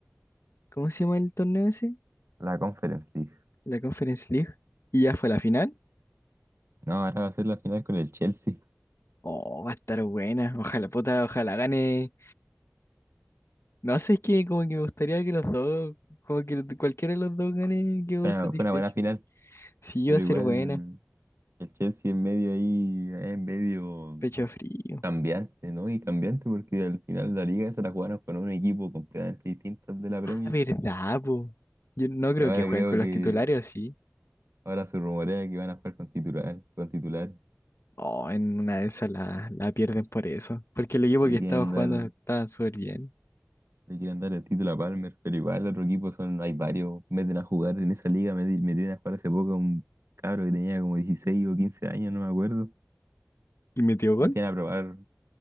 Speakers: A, on the left (about 75°); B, on the right (about 75°).
A: ¿Cómo se llama el torneo ese?
B: la Conference League.
A: La Conference League. Y ya fue la final.
B: No, ahora va a ser la final con el Chelsea.
A: Oh, va a estar buena. Ojalá, puta, ojalá gane. No sé, es que como que me gustaría que los dos, como que cualquiera de los dos gane, quedo
B: Fue
A: satisfecho.
B: una, fue una buena final,
A: Sí,
B: pero
A: va a ser
B: igual
A: buena.
B: el Chelsea en medio ahí, en medio.
A: Pecho frío.
B: Cambiante, ¿no? Y cambiante porque al final la liga se la jugaron con un equipo completamente distinto al de la Premier.
A: Ah, verdad, po. Yo no creo
B: Y ahora
A: que jueguen
B: creo
A: con los
B: que
A: titulares, ¿o sí.
B: ahora se rumorea que van a jugar con titular, con titulares.
A: Oh, en una de esas la, la pierden por eso. Porque el equipo
B: Le
A: que estaba
B: quieren
A: jugando
B: dar,
A: estaba súper bien.
B: le quieren dar el título a Palmer, pero igual el otro equipo son, hay varios, meten a jugar en esa liga, met- metieron a jugar hace poco a un cabro que tenía como 16 o 15 años, no me acuerdo.
A: ¿Y metió gol?
B: Metían a probar,